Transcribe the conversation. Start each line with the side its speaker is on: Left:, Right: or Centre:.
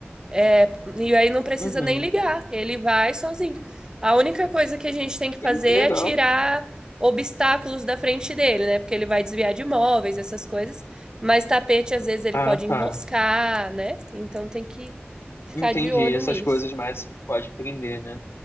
Right: é, e aí não precisa
Left: Uhum.
Right: nem ligar, ele vai sozinho. A única coisa que a gente tem que fazer
Left: Ih, que legal.
Right: é tirar obstáculos da frente dele, né? Porque ele vai desviar de móveis, essas coisas. Mas tapete, às vezes, ele
Left: Ah,
Right: pode enroscar,
Left: tá.
Right: né? Então tem que ficar
Left: Entendi.
Right: de olho
Left: Essas
Right: nisso.
Left: coisas mais assim que pode prender, né?